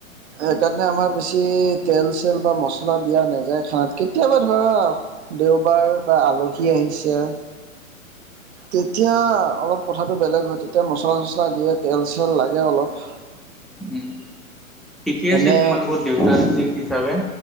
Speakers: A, on the right; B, in the centre.
A: সেইকাৰণে আমাৰ বেছি তেল-চেল বা মছলা দিয়া নেযাই খানাত, কেতিয়াবা ধৰা দেওবাৰ বা আলহী আহিছে, তেতিয়া অলপ কথাটো বেলেগ হয়, তেতিয়া মছলা-চচলা দিয়ে, তেল-চেল লাগে অলপ।
B: উম। ঠিকে আছে,
A: এনে
B: তোমালোকৰ দেউতা ষ্ট্ৰিক্ট হিচাপে।